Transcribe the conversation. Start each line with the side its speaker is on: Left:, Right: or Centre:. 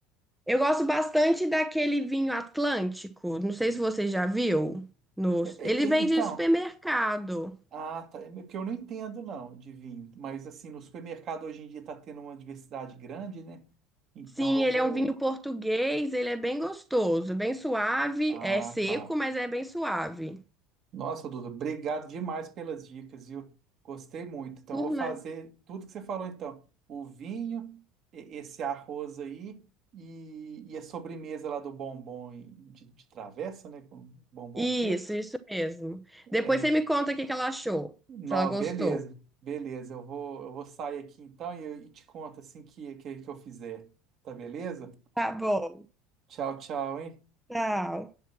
Centre: Eu gosto bastante daquele vinho Atlântico. Não sei se você já viu. Nos...
Right: E-
Centre: Ele
Right: e-
Centre: vende
Right: e- Então,
Centre: em supermercado.
Right: Ah, tá. É que eu não entendo, não, de vinho. Mas, assim, no supermercado hoje em dia está tendo uma diversidade grande, né? Então
Centre: Sim,
Right: eu
Centre: ele
Right: vou.
Centre: é um vinho português, ele é bem gostoso, É bem suave,
Right: Ah,
Centre: é seco,
Right: tá.
Centre: mas é bem suave.
Right: Nossa, Duda, obrigado demais pelas dicas, viu? Gostei muito. Então
Centre: Por
Right: eu vou fazer
Centre: nada.
Right: tudo que você falou, então. O vinho, e- esse arroz aí e, e a sobremesa lá do bombom e- de, de travessa, né? Com bombom
Centre: Isso,
Right: o quê?
Centre: isso mesmo. Depois
Right: É,
Centre: você me conta o que que ela achou,
Right: Não,
Centre: se ela gostou.
Right: beleza, beleza. Eu vou, eu vou sair aqui então e, eu- e te conto assim que, que, que eu fizer. Tá beleza?
Centre: Tá bom,
Right: Tchau, tchau, hein?
Centre: tchau.